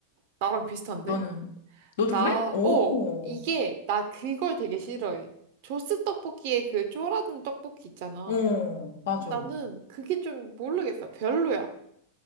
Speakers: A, on the right; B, on the left.
A: 나랑 비슷한데?
B: 너는 너도
A: 나,
B: 그래? 오,
A: 어, 이게, 나 그걸 되게 싫어해. 조스 떡볶이에 그 쪼라든 떡볶이 있잖아.
B: 어, 맞아,
A: 나는 그게 좀 모르겠어. 별로야.